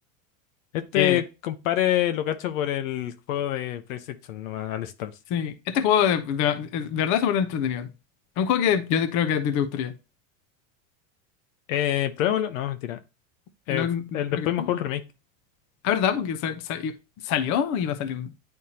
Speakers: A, on the left; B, on the left.
A: Este
B: Eh,
A: compare lo cacho por el juego de PlayStation, nomás, All Stars.
B: sí, este juego de, de- de verdad es súper entretenido. Es un juego que yo creo que a ti te gustaría.
A: Eh, pruébalo, no, mentira. Eh,
B: ¿No, no
A: fu- el, después
B: queréis
A: me
B: probar?
A: jugó el remake.
B: Ah, ¿verdad? Porque sa- sa- i- salió iba a salir. un-